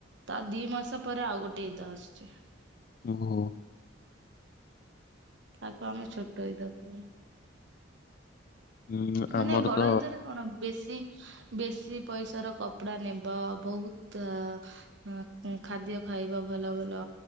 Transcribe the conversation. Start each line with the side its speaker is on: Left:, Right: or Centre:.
Right: ତା ଦି ମାସ ପରେ ଆଉ ଗୋଟେ ଇଦ ଆସୁଛି।
Left: ଓହୋ।
Right: ତାକୁ ଆମେ ଛୋଟ ଇଦ କହୁ।
Left: ହୁଁ
Right: ମାନେ
Left: ଆମର
Right: ବଡ
Left: ତ
Right: ଇଦରେ କଣ ବେଶୀ ବେଶୀ ପଇଶା ର କପଡା ନେବ ବହୁତ ହଁ ଖାଦ୍ୟ ଖାଇବ ଭଲ ଭଲ।